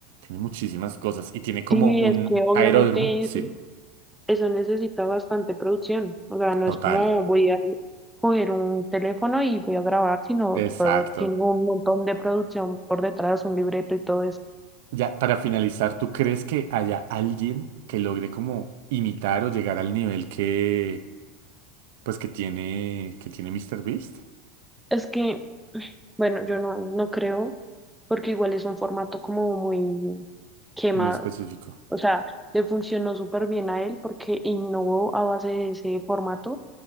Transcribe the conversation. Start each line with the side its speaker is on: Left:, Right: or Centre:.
Right: tiene muchísimas cosas y tiene como
Centre: Sí,
Right: un
Centre: es que obviamente
Right: aeródromo, sí,
Centre: eso, eso necesita bastante producción. O sea, no
Right: total,
Centre: es como voy a coger un teléfono y voy a grabar, sino
Right: exacto.
Centre: todo tiene un montón de producción por detrás, un libreto y todo eso.
Right: Ya, para finalizar, ¿tú crees que haya alguien que logre como imitar o llegar al nivel que, pues que tiene, que tiene míster Beast
Centre: Es que, bueno, yo no, no creo, porque igual es un formato como muy quemado.
Right: Muy específico.
Centre: O sea, le funcionó súper bien a él porque innovó a base de ese formato